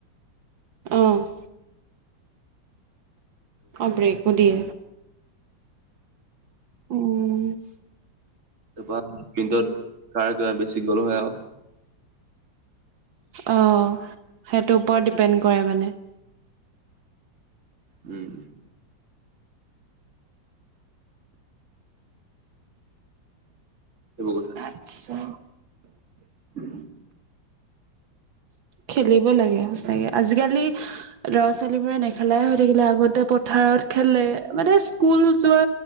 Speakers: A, on the right; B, on the right.
A: অ'। অ', ব্ৰেকো দিয়ে। অ'।
B: তাৰপাটত কাৰ কিবা বেছি গ'লো হয় আৰু।
A: অ', সেইটোৰ ওপৰত ডিপেণ্ড কৰে মানে।
B: উম। এইবোৰ কথা।
A: আতছা।
B: উম।
A: খেলিব লাগে সচাঁকে আজিকালি ল'ৰা ছোৱালী বোৰে নেখেলাই হৈ থাকিলে, আগতে পথাৰ খেলে মানে স্কুল যোৱা